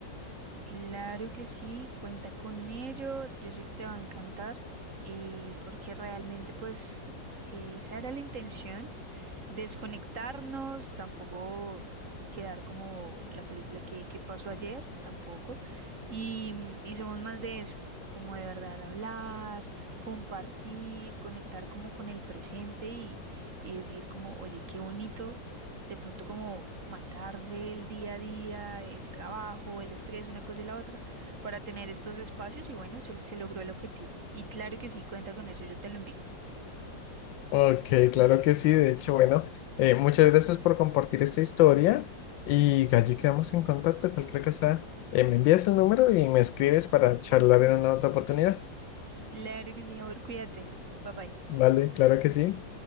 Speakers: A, on the right; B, on the left.
A: Claro que sí, cuenta con ello, yo sé que te va a encantar, eh, porque realmente pues eh, esa era la intención desconectarnos, tampoco quedar como la película que, que pasó ayer, tampoco. Y, mm, y somos más de eso, como de verdad hablar, compartir, conectar como con el presente y, y decir como, oye, qué bonito, de pronto como matarse el día a día, el trabajo, el estrés, una cosa y la otra, para tener estos espacios y bueno, se, se logró el objetivo. Y claro que sí, cuenta con eso, yo te lo envío.
B: Ok, claro que sí. De hecho, bueno, eh, muchas gracias por compartir esta historia y allí quedamos en contacto. Cualquier cosa, eh, me envías el número y me escribes para charlar en una otra oportunidad.
A: Claro que sí, amor, cuídate. Bye bye.
B: Vale, claro que sí.